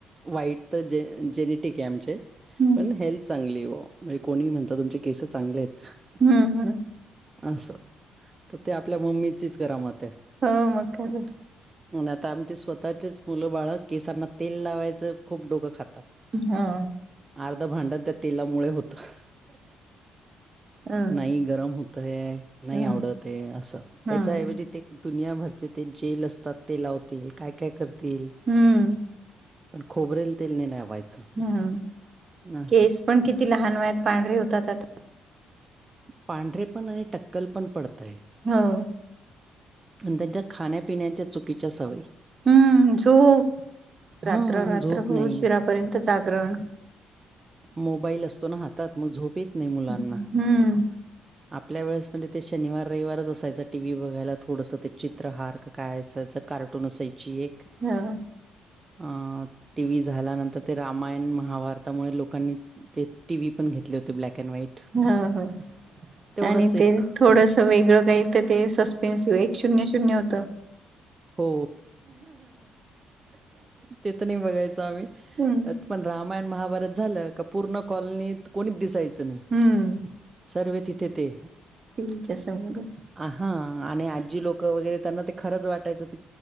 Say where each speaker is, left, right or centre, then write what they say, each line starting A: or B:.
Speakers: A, on the right (about 25°); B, on the right (about 45°).
A: वाईट तर जे जेनेटिक आहे आमचे.
B: हम्म
A: पण हेल्थ चांगली ब वा, म्हणजे कोणीही म्हणतं तुमचे केसं चांगले आहेत.
B: हम्म हम्म
A: असं तर ते आपल्या मम्मीचीच करामत आहे.
B: हो मग काय तर.
A: मग आता आमचे स्वतःचेच मुलं बाळं केसांना तेल लावायचं, खूप डोकं खातात.
B: हा
A: अर्ध भांडण त्या तेलामुळे होतं,
B: हम्म
A: नाही गरम होत तय नाही
B: हम्म
A: आवडतय, असं त्याच्याऐवजी
B: हम्म
A: ते दुनियाभरचे ते जेल असतात ते लावतील. काय काय करतील,
B: हम्म
A: पण खोबरेल तेल नाही लावायचं.
B: हा,
A: असं.
B: केस पण किती लहान वयात पांढरे होतात आता.
A: पांढरे पण आणि टक्कल पण पडतंय.
B: हो
A: आणि त्यांच्या खाण्यापिण्याच्या चुकीच्या सवयी.
B: हम्म झोप, रात्र
A: हा
B: रात्रभर
A: झोप नाही
B: उशिरापर्यंत जागरण.
A: मोबाईल असतो ना हातात, मग झोप येत नाही मुलांना.
B: हम्म
A: आपल्या वेळेस म्हणजे ते शनिवार रविवारच असायचा टी व्ही बघायला, थोडसं ते चित्रहार का काय असायचं कार्टून अस ची एक,
B: हो
A: अ टी व्ही झाल्यानंतर ते रामायण, महा भारतामुळे लोकांनी ते टीव्ही पण घेतले होते ब्लॅक अँड व्हाईट.
B: ह ह,
A: तेवढंच
B: आणि
A: एक
B: ते थोडसं वेगळं काही तर ते सस् पेन्स एक शून्य शून्य होतं.
A: हो, ते तर नाही बघायचो आम्ही.
B: हम्म
A: पण रामायण महाभारत झालं, का पूर्ण कॉलनीत कोणीच दिसायच च नाय,
B: हम्म
A: सर्वे तिथे ते.
B: तुमच्यासमोरून
A: आ हा आणि आजी लोकं वगैरे त्यांना ते खरंच वाटायचं ति